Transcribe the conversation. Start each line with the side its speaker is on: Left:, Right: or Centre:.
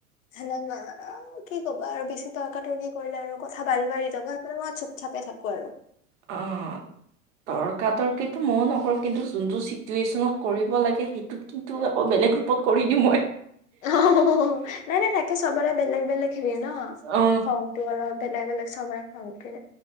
Left: সেনে কোৱা <unintelligible> কি ক'বা আৰু বেছি ত তৰ্কা-তৰ্কি কৰিলে আৰু কথা বাঢ়ি-বাঢ়ি যাব। সেইকাৰণে মই চুপ-চাপে থাকোঁ আৰু।
Right: অঁ! তৰ্কা-তৰ্কিটো মইও নকৰোঁ, কিন্তু যোনটো চিটুৱেচনত কৰিব লাগে সেই সেইটোতো আকৌ বেলেগ ৰূপত কৰি দিওঁ মই।
Left: অঁ <unintelligible> নাই-নাই থাকে সবৰে বেলেগ-বেলেগ। হেৰি ন
Right: অ
Left: খঙটো অলপ বেলেগ-বেলেগ সবৰে খঙ উঠে।